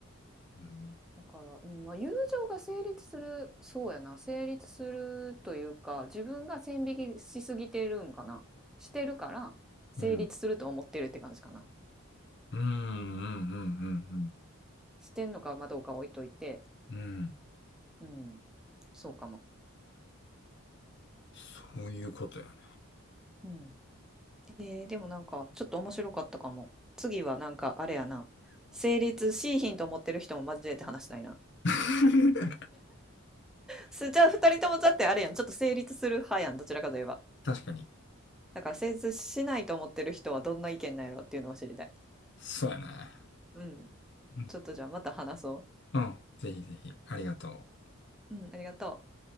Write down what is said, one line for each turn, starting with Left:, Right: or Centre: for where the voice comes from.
Left: うん。
Centre: だから、うん、まあ、友情が成立する、そうやな、成立するというか、自分が線引きしすぎてるんかな。してるから、成立すると思ってるって感じかな。
Left: うん。うん、うん、うん、
Centre: してんのかまあどうか置いといて、
Left: うん。うん。うん
Centre: うん、そうかも。
Left: そういうことやね。
Centre: うん。えー、でもなんかちょっと面白かったかも。次はなんかあれやな。成立しいひんと思ってる人も交えて話したいな。
Left: <laughs>
Centre: すじゃあ二人ともだってあれやん。ちょっと成立する派やん。どちらかといえば。
Left: 確かに。
Centre: だから成立しないと思ってる人はどんな意見なんやろっていうのも知りたい。
Left: そうやね。
Centre: うん。
Left: うん。
Centre: ちょっとじゃあまた話そ
Left: うん。ぜひぜひ。ありがとう。
Centre: う。うん、ありがとう。